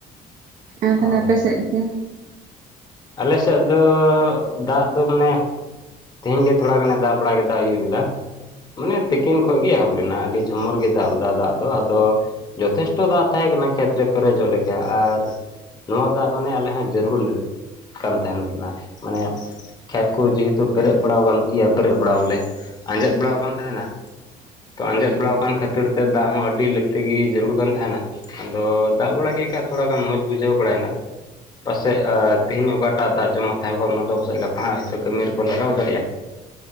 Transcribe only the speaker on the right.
ᱟᱨ ᱛᱟᱦᱚᱞᱮ
ᱟᱯᱮ ᱥᱮᱫ ᱜᱮ